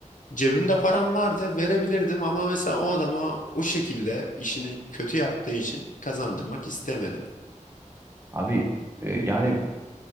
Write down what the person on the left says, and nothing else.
Cebimde param vardı verebilirdim ama mesela o adama o şekilde işini kötü yaptığı için kazandırmak istemedim.